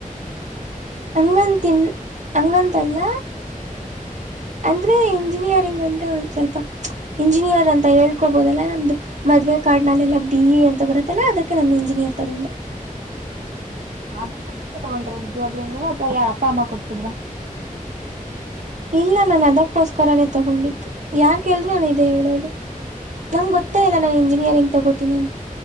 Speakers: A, on the right; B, on the right.
A: ಹಂಗಂತನ್ ಹಂಗಂತಲ್ಲ ಅಂದ್ರೆ ಇಂಜಿನಿಯರಿಂಗ್ ಅಂತ್ರೆ ಒಂದ್ ಸ್ವಲ್ಪ ಇಂಜಿನಿಯರ್ ಅಂತ ಹೇಳ್ಕೊಬೋದಲ್ಲ ನಮ್ದು ಮದುವವೆ ಕಾರ್ಡ್ನಲ್ಲೆಲ್ಲ ಬಿ ಎ ಅಂತ ಬರುತ್ತಲ್ಲ ಅದಕ್ಕೆ ನಮ್ದು ಇಂಜಿನಿಯರ್ ತಗೊಂಡೆ
B: ಅದ ಬರ್ಕ ತಗೊಂಡ್ರ ಇದಜವಾಗ್ಲು ನೀವ ಅ ಯಾರ್ ಅಪ್ಪ ಅಮ್ಮ ಕೊಡ್ಸದ್ರ
A: ಇಲ್ಲ ನನ್ ಅದಕ್ಕೋಸ್ಕರನೇ ತಗೊಂಡಿತ್ತು ಯಾರ್ ಕೆಲ್ರು ನಾನು ಇದ ಹೇಳೋದು ನಂಗೆೊತ್ತ
B: ಅಂದರೆ
A: ಇಲ್ಲ ನನ್ ಇಂಜಿನಿಯರಿಂಗ್ ತಗೋತೀನಿ ಅಂತ